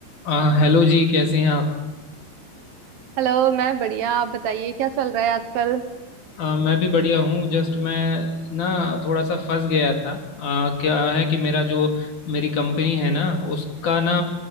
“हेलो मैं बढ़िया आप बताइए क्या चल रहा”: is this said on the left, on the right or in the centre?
Right